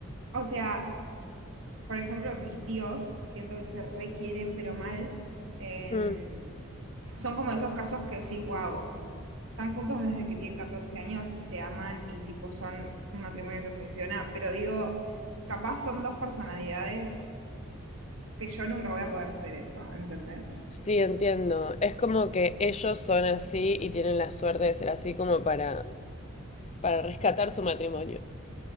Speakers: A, on the right (about 75°); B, on the left (about 30°).
A: o sea, por ejemplo, mis tíos, siento que se requieren, pero mal. Em,
B: Mm.
A: son como esos casos que decís, wow. están juntos desde que tienen 14 años y se aman y tipo son un matrimonio que funciona, pero digo, capaz son dos personalidades que yo nunca voy a poder ser eso, ¿entendés?
B: Sí, entiendo. Es como que ellos son así y tienen la suerte de ser así como para para rescatar su matrimonio.